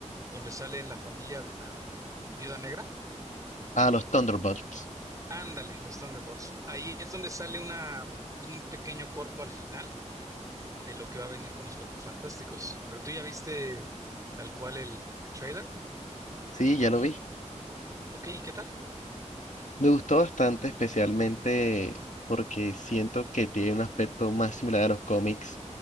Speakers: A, on the right; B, on the left.
A: donde sale en la familia de la Viuda Negra.
B: Ah, los Thunderbolts.
A: Ándale, los Thunderbolts. Ahí es donde sale una, un pequeño corto al final de lo que va a venir con los Cuatro Fantásticos. Pero tú ya viste tal cual el, el trailer,
B: Sí, ya lo vi.
A: ¿ok? ¿Y qué tal?
B: Me gustó bastante, especialmente porque siento que tiene un aspecto más similar a los cómics